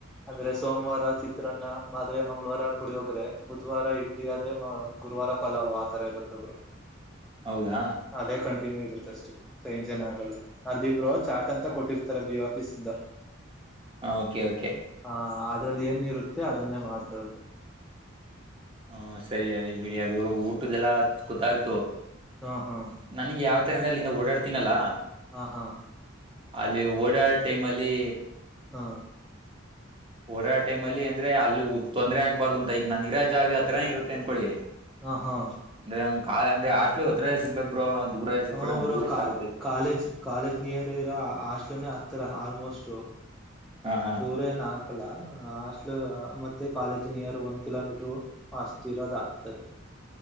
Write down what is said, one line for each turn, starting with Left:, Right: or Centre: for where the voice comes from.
Centre: ಅಂದ್ರೆ ಸೋಮವಾರ ಚಿತ್ರಾನ್ನ ಆದ್ರೆ ಮಂಗಳವಾರ ಪುಳಿಯೋಗ್ರೆ ಬುಧವಾರ ಇಡ್ಲಿ ಆದ್ರೆ ಫಲಾವ್ ಆತರ ಇರುತ್ತೆ ಬ್ರೋ
Right: ಹೌದಾ
Centre: ಅದೇ ಕಂಟಿನ್ಯೂ ಇರುತ್ತೆ ಅಷ್ಟೇ ಚೇಂಜ್ ಏನ್ ಆಗಲ್ಲ ಅಲ್ಲಿ ಬ್ರೋ ಚಾರ್ಟ್ ಅಂತ ಕೊಟ್ಟಿರ್ತಲ್ಲ ಬಿ. ಒ ಆಫೀಸ್ ಇಂದ
Right: ಹ ಓಕೆ ಓಕೆ
Centre: ಹ ಅದ್ರಲ್ಲಿ ಏನ್ ಇರುತ್ತೆ ಅದನ್ನೇ ಮಾಡ್ತರೆ
Right: ಹ ಸರಿ ಅದ ಬಿಡಿ ಅದು ಊಟದ್ದೆಲ್ಲ ಗೊತ್ತಾಯ್ತು.
Centre: ಹಾ ಹಾಂ
Right: ನನ್ಗ್ ಯಾವ್ ತರ ಅಂದ್ರೆ ಅಲ್ಲಿಂದ ಓಡಾಡ್ತೀನಲ್ಲಾ
Centre: ಹಾ ಹಾ
Right: ಅಲ್ಲಿ ಓಡಾಡೋ ಟೈಮ್ ಅಲ್ಲಿ
Centre: ಹಾ
Right: ಓಡಾಡೊ ಟೈಮ್ ಅಲ್ಲಿ ಅಂದ್ರೆ ಅಲ್ಲಿೂ ತೊಂದರೆ ಆಗಬಾರದು ಅಂತ ಈಗ ನಾನ್ ಇರ ಇದ್ದಾಗ ಹತ್ರನೇ ಇರುತ್ತೆ ಅಂದ್ಕೊಳಿ
Centre: ಹಾ ಹಾ
Right: ಅಂದ್ರೆಂಗ್ ಕಾ ಅಂದ್ರೆ ಹಾಸ್ಟ್ಲ್ ಹತ್ರನೆ ಸಿಗ್ಕ್ಬೇಕ್ ಬ್ರೋ ದೂರೇ ಸಿಕ್ಬಡ್ರೆ
Centre: ಹಾ
Right: ನಂಗೂನು
Centre: ಬ್ರೋ
Right: ಕಷ್ಟ
Centre: ಕಾ
Right: ಆಗುತ್ತೆ
Centre: ಕಾಲೇಜ್ ಕಾಲೇಜ್ ನಿಯರ್ ಇರೋ ಹಾಸ್ಟ್ಲನ ಹತ್ರ ಆಲ್ಮೋಸ್ಟ್
Right: ಹಾ ಹಾ
Centre: ದೂರ ಏನ್ ಹಾಕಲ್ಲ ಹಾಸ್ಟಲ್ ಮತ್ತೆ ಕಾಲೇಜ್ ನಿಯರ್ ಒಂದ್ ಕಿಲೋಮೀಟರು ಅಷ್ಟ್ ಇರದು ಆಗ್ತಾದೆ